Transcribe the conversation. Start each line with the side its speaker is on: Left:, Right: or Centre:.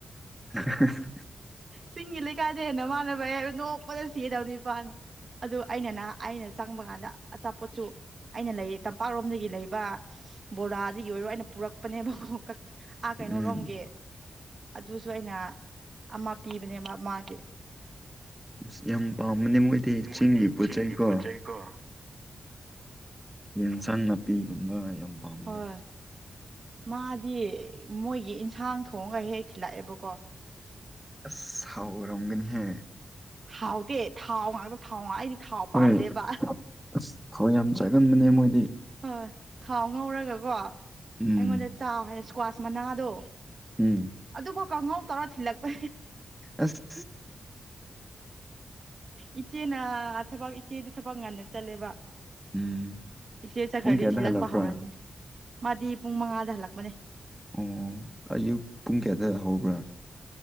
Centre: <unintelligible>
Right: ꯆꯤꯡꯒꯤ ꯂꯩꯀꯥꯏꯗꯩ ꯍꯦꯟꯅ ꯃꯥꯅ ꯕꯩ ꯍꯥꯏꯕ ꯅꯣꯛꯄꯗ ꯁꯤꯗꯕꯅꯤ ꯏꯄꯥꯅ ꯑꯗꯨ ꯑꯩꯅ ꯅꯍꯥ ꯑꯩꯅ ꯆꯪꯕ ꯀꯥꯟꯗ ꯑꯆꯥꯄꯣꯠꯁꯨ ꯑꯩꯅ ꯂꯩ ꯇꯝꯄꯥꯛꯔꯣꯝꯗꯒꯤ ꯂꯩꯕ ꯕꯣꯔꯥꯗꯒꯤ ꯑꯣꯏꯔꯣ ꯑꯩꯅ ꯄꯨꯔꯛꯄꯅꯦꯕꯀꯣ ꯑꯥ ꯀꯩꯅꯣꯔꯣꯝꯒꯤ
Centre: ꯎꯝ
Right: ꯑꯗꯨꯁꯨ ꯑꯩꯅ ꯑꯃ ꯄꯤꯕꯅꯦꯕ ꯃꯥꯒꯤ
Centre: ꯑꯁ ꯌꯥꯝ ꯄꯥꯝꯕꯅꯦ
Right: ꯃꯣꯏꯗꯤ
Centre: ꯄꯣꯠ
Right: ꯆꯤꯡꯒꯤ
Centre: ꯆꯩꯀꯣ
Right: ꯄꯣꯠꯆꯩꯀꯣ
Centre: ꯌꯦꯟꯁꯥꯡ ꯅꯥꯄꯤꯒꯨꯝꯕ ꯌꯥꯝ ꯄꯥꯝꯅꯦ
Right: ꯍꯣꯏ ꯃꯥꯗꯤ ꯃꯣꯏꯒꯤ ꯏꯟꯁꯥꯡ ꯊꯣꯡꯉꯒ ꯍꯦꯛ ꯊꯤꯜꯂꯛꯑꯦꯕꯀꯣ
Centre: ꯑꯁ ꯍꯥꯎꯔꯝꯒꯅꯤꯍꯦ
Right: ꯍꯥꯎꯗꯦ ꯊꯥꯎ ꯉꯥꯛꯇ ꯊꯥꯎꯉ ꯑꯩꯗꯤ ꯊꯥꯎ
Centre: ꯍꯣꯏ
Right: ꯄꯥꯝꯗꯦꯕ
Centre: ꯑꯁ ꯊꯧ ꯌꯥꯝ ꯆꯥꯒꯟꯕꯅꯦ ꯃꯣꯏꯗꯤ
Right: ꯍꯣꯏ ꯊꯥꯎ ꯉꯧꯔꯒꯀꯣ
Centre: ꯎꯝ
Right: ꯑꯩꯉꯣꯟꯗ ꯆꯥꯎ ꯍꯥꯏꯅ ꯏꯁꯀ꯭ꯋꯥꯁ ꯃꯅꯥꯗꯣ
Centre: ꯎꯝ
Right: ꯑꯗꯨꯕꯨ ꯀꯥꯡꯉꯧ ꯇꯧꯔ ꯊꯤꯜꯂꯛꯄꯅꯦ
Centre: ꯑꯁ
Right: ꯏꯆꯦꯅ ꯊꯕꯛ ꯏꯆꯦꯗꯤ ꯊꯕꯛ ꯉꯟꯅ ꯆꯠꯂꯦꯕ
Centre: ꯎꯝ
Right: ꯏꯆꯦ ꯆꯠꯈ꯭ꯔꯗꯤ
Centre: ꯄꯨꯡ ꯀꯌꯥꯗ
Right: ꯊꯤꯜꯂꯛꯄ
Centre: ꯍꯜꯂꯛꯄ꯭ꯔꯥ
Right: ꯍꯧꯔꯅꯤ ꯃꯥꯗꯤ ꯄꯨꯡ ꯃꯉꯥꯗ ꯍꯜꯂꯛꯄꯅꯦ
Centre: ꯑꯣ ꯑꯌꯨꯛ ꯄꯨꯡ ꯀꯌꯥꯗ ꯍꯧꯕ꯭ꯔꯥ